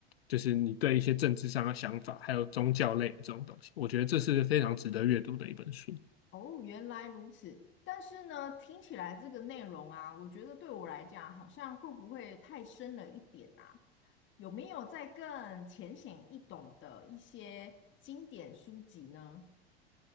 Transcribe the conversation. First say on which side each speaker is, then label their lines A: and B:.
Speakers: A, on the left; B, on the left.
A: 就是你对一些政治上的想法，还有宗教类的这种东西，我觉得这是非常值得阅读的一本书，
B: 哦，原来如此。但是呢，听起来这个内容啊，我觉得对我来讲，好像会不会太深了一点啊？有没有再更浅显易懂的一些经典书籍呢？